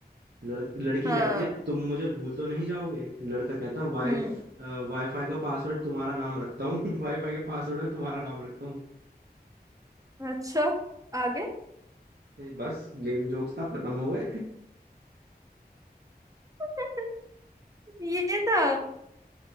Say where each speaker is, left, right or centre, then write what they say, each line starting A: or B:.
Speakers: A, on the right; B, on the right.
A: लड़, लड़की
B: हाँ
A: कहती है तुम मुझे भूल तो नहीं जाओगे लड़का कहता है वाई
B: हम्म
A: वाईफाई का पासवर्ड तुम्हारा नाम रखता हूँ <laughs> वाईफाई के पासवर्ड में तुम्हारा नाम रखता हूँ
B: अच्छा आगे
A: ये बस लेम जोक्स था खत्म हो गए
B: <laughs> ये था